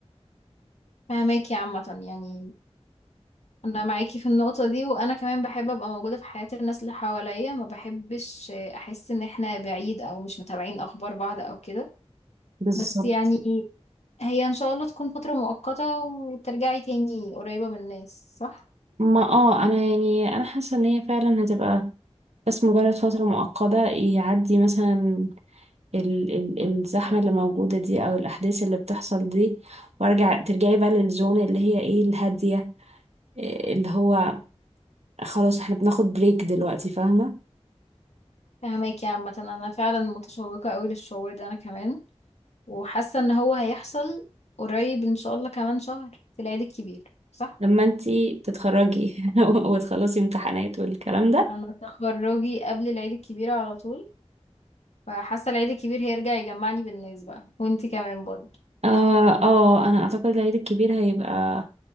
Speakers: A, on the left (about 75°); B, on the right (about 75°).
A: فاهماكي عامة يعني أنا معاكي في النقطة دي وأنا كمان بحب أبقى موجودة في حياة الناس اللي حواليا ما بحبش أحس إن احنا بعيد أو مش متابعين أخبار بعض أو كده
B: بالظبط
A: بس يعني هي إن شاء الله تكون فترة مؤقتة وترجعي تاني قريبة من الناس صح؟
B: ما اه انا يعني انا حاسة ان هي فعلا هتبقى بس مجرد فترة مؤقتة يعدي مثلا ال ال الزحمة اللي موجودة دي او الاحداث اللي بتحصل دي وارجع ترجعي بقى للزون اللي هي ايه الهادية إيه اللي هو خلاص احنا بناخد بريك دلوقتي فاهمة
A: فهماكي عامة أنا فعلا متشوقة قوي للشعور ده أنا كمان وحاسة إن هو هيحصل قريب إن شاء الله كمان شهر في العيد الكبير صح؟
B: لما انتي تتخرجي <laughs> وتخلصي امتحانات
A: أه.
B: والكلام ده
A: أنا تخرجي قبل العيد الكبير على طول فحاسة العيد الكبير هيرجع يجمعني بالناس بقى وانتي كمان برضه
B: اه اه انا اعتقد العيد الكبير هيبقى